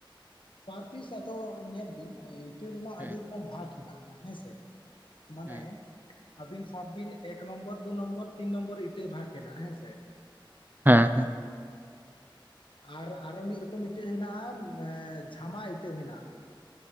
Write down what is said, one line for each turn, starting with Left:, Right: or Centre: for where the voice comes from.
Left: ᱯᱟᱨ ᱯᱤᱥ, ᱟᱫᱚ ᱧᱮᱞ ᱵᱤᱱ, ᱤᱴᱟᱹ ᱨᱮᱱᱟᱜ
Right: ᱦᱩᱸ
Left: ᱟᱹᱰᱤ ᱨᱚᱠᱚᱢ ᱵᱷᱟᱜᱽ, ᱦᱮᱱᱟᱜᱼᱟ, ᱦᱮᱸᱥᱮ ᱾ ᱢᱟᱱᱮ,
Right: ᱦᱩᱸ
Left: ᱟᱹᱵᱤᱱ ᱥᱟᱵ ᱵᱤᱱ ᱮᱠ ᱱᱚᱢᱵᱚᱨ ᱫᱩ ᱱᱚᱢᱵᱚᱨ ᱛᱤᱱ ᱱᱚᱢᱵᱚᱨ ᱤᱴᱟᱹ ᱵᱷᱟᱜᱽ ᱦᱮᱱᱟᱜ ᱦᱮᱸᱥᱮ᱾
Right: ᱦᱮᱸ ᱦᱮᱸ
Left: ᱟᱨ ᱟᱨᱚ ᱢᱤᱫ ᱨᱚᱠᱚᱢ ᱤᱴᱟᱹ ᱦᱮᱱᱟᱜᱼᱟ ᱡᱷᱟᱢᱟ ᱤᱴᱟᱹ ᱦᱮᱱᱟᱜᱼᱟ᱾